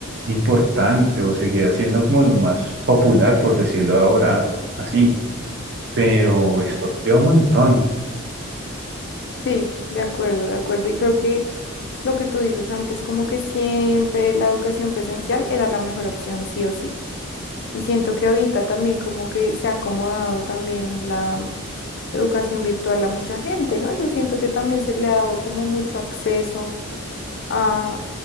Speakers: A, on the right (about 50°); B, on the left (about 50°).
A: importante o seguía siendo como lo más popular, por decirlo ahora así pero estornudeó un montón.
B: Sí, de acuerdo, de acuerdo. Y creo que lo que tú dices antes, como que siempre la educación presencial era la mejor opción, sí o sí. Y siento que ahorita también como que se ha acomodado también la mm, educación virtual a mucha gente, ¿no? Yo siento que también se le ha dado como mucho acceso a